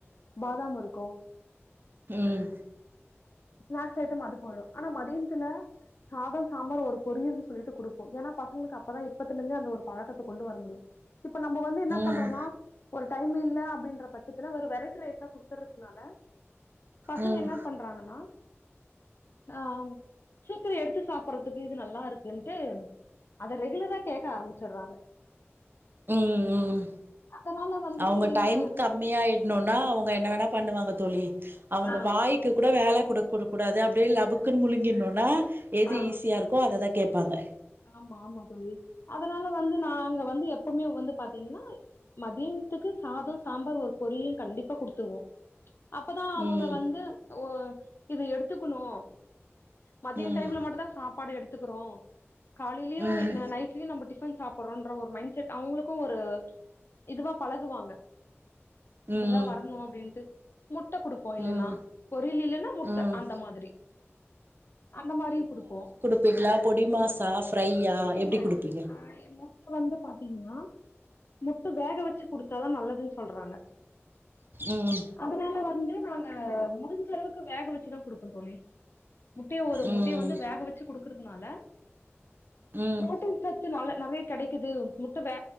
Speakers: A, on the left (about 55°); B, on the right (about 50°).
A: பாதாம் இருக்கு
B: உம்
A: ஸ்நாக்ஸ் ஐட்டம் அது போயிடு ஆனா மதியானத்துல சாத சாம்பார் ஒரு பொரியல்னு சொல்லிட்டு குடுப்போ ஏன்னா பசங்களுக்கு அப்பதா இப்பத்தில இருந்தே அந்த ஒரு பழக்கத்த கொண்டு வர முடியு இப்ப நம்ம வந்து என்னா
B: ம்
A: பண்றோனா ஒரு டைம் இல்ல அப்டின்ற பச்ச ஒரு வெரைட்டி ரைஸா குடுத்துறதுனால பசங்க
B: ம்
A: என்னா பண்றாங்கனா ஆ சீக்கிரோ எடுத்து சாப் பிட்றதுக்கு இது நல்லா இருக்குன்ட்டு அத ரெகுலரா கேக்க ஆரம்பிச்சிற்றாங்க
B: உம் உம்
A: அதனால வந்து
B: அவுங்க
A: இல்ல
B: டைம்க்கு அப் கம்மியாயிடனுனா அவுங்க என்ன வேணா பண்ணுவாங்க தோழி அவுங்க
A: ஆ
B: வாய்க்கு கூட வேல குடுக்க கூடாக் கூடாது அப்டினா லபக்குனு முழுங்கினுன்னா எது
A: ஆ
B: ஈஸியா இருக்கோ அததா கேப்பாங்க
A: ஆமா ஆமா தோழி அதனால வந்து நா அங்க வந்து எப்பவுமே வந்து பாத்தீங்னா மதியானத்துக்கு சாதோ சாம்பார் ஒரு பொறியல் கண்டிப்பா குடுத்துருவோ அப்பதா அவுங்க
B: ம்
A: வந்து ஓ இத எடுத்துக்கனு மதிய
B: ம்
A: டைம்ல மட்டுந்தா சாப்பாடு எடுத்துக்கறோ காலேயிலயு
B: ம்
A: நைட்லயு நம்ம ன் சாப்டுறன்ற ஒரு மைண்ட செட் அவுங்களுக்கு ஒரு இதுவா பழகுவாங்க இப்டிதா
B: ம்
A: வரனு அப்டின்ட்டு முட்ட குடுப்போ இல்லைன்னா
B: ம்
A: பொரியல் இல்லைன்னா முட்ட
B: ம்
A: அந்த மாதிரி அந்த மாரியு குடுப்போ
B: ப்பீங்ளா பொடிமாசா ஃப்ரையா
A: இல்ல
B: எப்டி குடுப்பீங்க
A: ஆ முட்ட வந்து பாத்தீங்னா முட்ட வேக வச்சு குடுத்தாதா நல்லதுன் சொல்றாங்க
B: உம்
A: அதனால வந்து நாங்க முடிஞ்ச அளவுக்கு வேக வெச்சுதா குடுப்போ தோழி முட்டய ஒரு
B: ம்
A: முட்டய வந்து வேக வெச்சு குடுக்குறதுனால
B: ம்
A: பு்ரோட்டீன் சத்துனால நெறைய கெடைக்குது முட்ட வே